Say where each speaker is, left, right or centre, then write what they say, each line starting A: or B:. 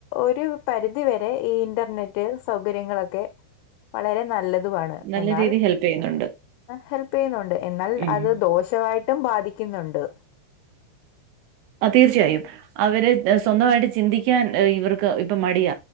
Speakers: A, on the left; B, on the right.
A: ഒരു പരിധിവരെ ഈ ഇന്റർനെറ്റ്. സൗകര്യങ്ങളൊക്കെ വളരെ നല്ലതുമാണ്
B: നല്ല
A: എന്നാൽ
B: രീതിയിൽ ഹെൽപ്പ് ചെയ്യുന്നുണ്ട്
A: ഹെൽ പ്പെയുന്നുണ്ട് എന്നാൽ
B: ഉം
A: അത് ദോഷമായിട്ടും ബാധിക്കുന്നുണ്ട്.
B: ആ തീർച്ചയായും അവരെ. സ്വന്തമായിട്ട് ചിന്തിക്കാൻ ഇവർക്ക് ഇപ്പം മടിയ